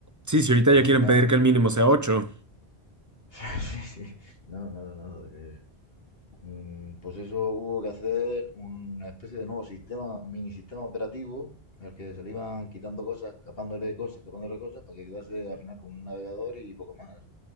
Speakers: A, on the right (about 20°); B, on the left (about 60°).
A: Sí, si ahorita
B: Pues
A: ya
B: al
A: quieren
B: final
A: pedir que el mínimo sea 8.
B: <laughs> Sí, sí. No, no, no. no, eh, mm, pues eso hubo que hacer una especie de nuevo sistema, mini sistema operativo, al que se le iban quitando cosas, escapándole cosas, escapándole cosas, para que quedase al final con un navegador y poco más.